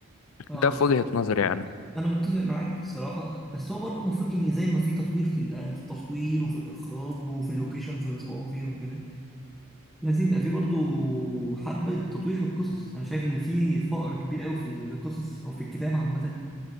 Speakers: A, in the centre; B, on the left.
A: اه
B: ده في
A: بس
B: وجهة نظري انا
A: انا متفق معاك الصراحه بس هو برضه المفروض ان زي ما في تطوير في ال- في التصوير وفي الاخراج وفي اللوكيشنز اللي بيصوروا فيها وكده لازم يبقى في برضو حبة تطوير في القصص أنا شايف إن في فقر كبير أوي في القصص أو في الكتاب عامة